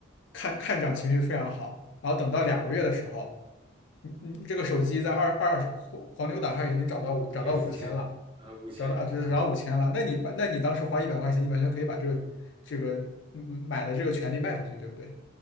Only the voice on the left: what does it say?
看看涨情绪非常好，然后等到两个月的时候，你你这个手机在二二手黄黄牛档上已经涨到五涨到五千了，
涨到啊就是涨到五千了，
那你把那你当时花一百块钱，你完全可以把这个这个嗯买的这个权利卖出去，对不对？